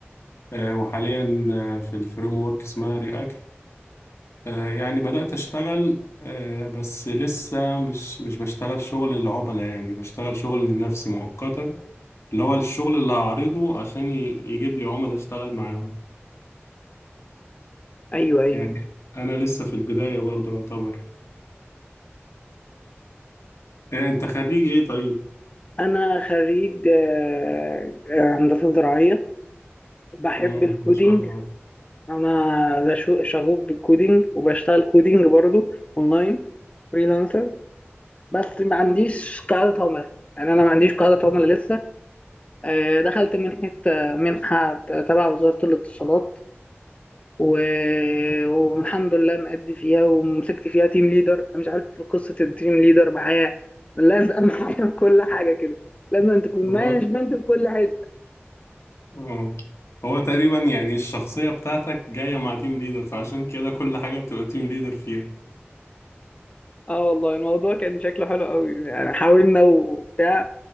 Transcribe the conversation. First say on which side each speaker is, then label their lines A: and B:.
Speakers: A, on the left (about 85°); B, on the left (about 30°).
A: آه وحاليا آه في الفريم ورك اسمها React آه، يعني بدأت أشتغل آه، بس لسه مش مش بشتغل شغل العملاء يعني بشتغل شغل لنفسي مؤقتا اللي هو الشغل اللي هعرضه عشان ي- يجيب لي عملاء أشتغل معاهم
B: ايوه ايوه
A: يعني أنا لسه في البداية برضو يعتبر آه، أنت خريج إيه طيب؟
B: انا خريج آه، آه، هندسه زراعيه بحب
A: مم،
B: الكودينج
A: ما شاء الله
B: انا ذا شو- شغوف بالكودينج وبشتغل كودينج برضو اونلاين فريلانسر بس ما عنديش قاعدة عملاء يعني انا ما عنديش قاعدة عملاء لسه آه، دخلت منحة آه، منحة تبع وزارة الاتصالات و... والحمد لله مأدي فيها ومسكت فيها تيم ليدر أنا مش عارف في قصة التيم ليدر معايا لازقة <laughs> معايا في كل حاجة كده لازم أن تكون
A: هو
B: مانجمنت في كل حاجة
A: آه، هو تقريبا يعني الشخصية بتاعتك جاية مع تيم ليدر فعشان كده كل حاجة بتبقى تيم ليدر فيها
B: اه والله الموضوع كان شكله حلو قوي يعني حاولنا وبتاع